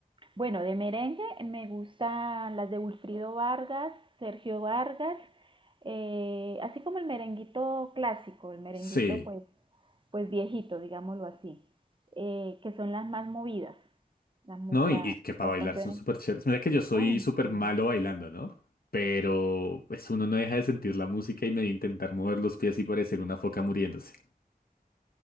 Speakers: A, on the right; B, on the left.
A: Bueno, de merengue me gustan las de Wilfrido Vargas, Sergio Vargas, eh, así como el merenguito clásico, el merenguito
B: Sí,
A: pues, pues viejito, digámoslo así, eh, que son las más movidas, las, mu-
B: ¿no?
A: la-
B: Y, y que para
A: las
B: bailar
A: canciones.
B: son súper chéveres. Mira que yo soy
A: Ay,
B: súper
A: sí.
B: malo bailando, ¿no? Pero pues uno no deja de sentir la música y medio intentar mover los pies y parecer una foca muriéndose.